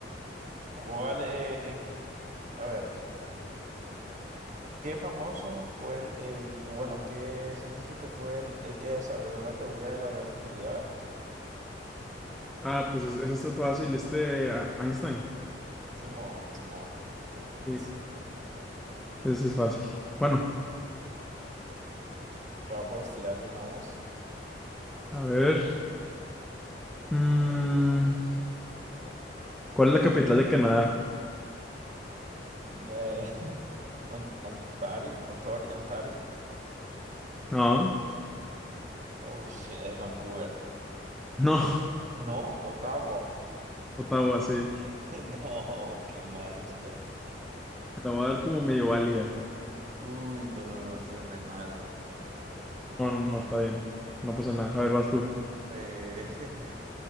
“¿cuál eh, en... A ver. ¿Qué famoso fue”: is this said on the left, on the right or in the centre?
Right